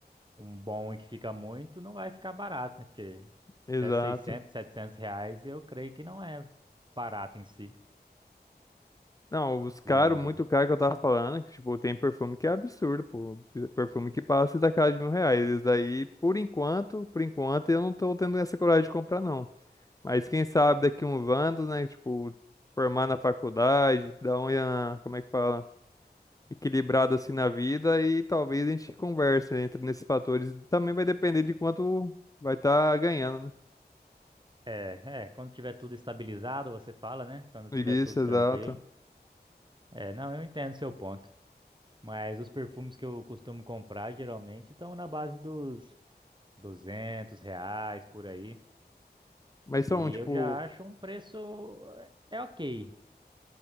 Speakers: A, on the right; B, on the left.
A: um bom e que fica muito, não vai ficar barato, né? Porque
B: Exato.
A: até 600, 700 reais eu creio que não é barato em si.
B: Não, os caros,
A: E
B: muito caro que eu tava falando, que, tipo, tem perfume que é absurdo, pô. Perfume que passa da casa de mil reais. Esse daí, por enquanto, por enquanto, eu não tô tendo essa coragem de comprar, não. Mas quem sabe daqui uns anos, né? Tipo, formar na faculdade, dar uma, como é que fala? Equilibrado assim na vida e talvez a gente converse né, entre nesses fatores. Também vai depender de quanto vai estar ganhando,
A: é, é, quando tiver tudo estabilizado, você fala, né? Quando
B: né?
A: tiver
B: Isso,
A: tudo
B: exato.
A: tranquilo. É, não, eu entendo seu ponto. Mas os perfumes que eu costumo comprar geralmente estão na base dos 200 reais por aí.
B: Mas
A: E
B: são, tipo,
A: eu já acho um preço é é ok.